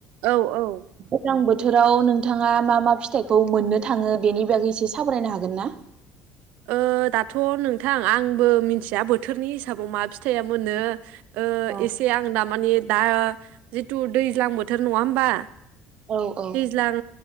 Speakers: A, on the right; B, on the right.
A: औ औ।
B: दैजां बोथोराव नोंथाङा मा मा फिथाइखौ मोननो थाङो बेनि बागै एसे सावरायनो हागोन ना?
A: ओ दाथ' नोंथां आंबो मिथिया बोथोरनि हिसाबाव माबा फिथाइया मोनो। ओ
B: औ
A: एसे आं दामानि दा जिथु दैज्लां बोथोर नङा होमबा
B: औ औ।
A: दैज्लां